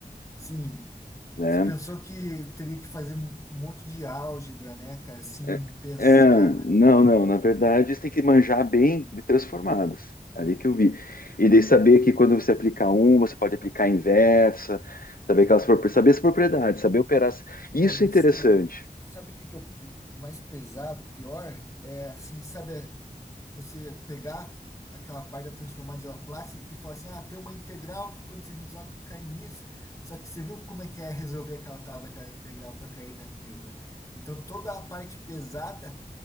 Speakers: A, on the left; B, on the left.
A: Sim.
B: Né?
A: Você pensou que teria que fazer um monte de álgebra, né, cara? Assim,
B: É,
A: pesada.
B: é, não, não. Na verdade, você tem que manjar bem de transformadas. Ali que eu vi. E daí saber
A: Sim.
B: que quando você aplicar uma, você pode aplicar a inversa, saber aquelas, prop- saber as propriedades, saber operar. Isso
A: É, mas
B: é interessante.
A: o. Sabe o que que é o o mais pesado, pior? É assim, sabe, é você pegar aquela parte da transformada de Laplace e falar assim, ah, tem uma integral que quando você resolve cai nisso. Só que você viu como é que é resolver aquela tal daquela integral para cair naquilo, né? Então toda a parte pesada